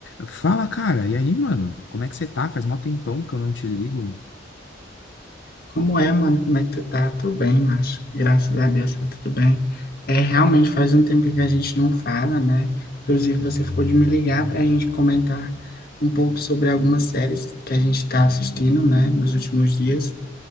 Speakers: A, on the left (about 70°); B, on the left (about 50°).
A: Fala, cara. E aí, mano? Como é que você tá? Faz mó tempão que eu não te ligo.
B: Como é, mano? Como é que tu tá? Tô bem, macho. Graças a Deus, tá tudo bem. É, realmente faz um tempo que a gente não fala, né? Inclusive, você ficou de me ligar pra gente comentar um pouco sobre algumas séries que a gente tá assistindo, né, nos últimos dias.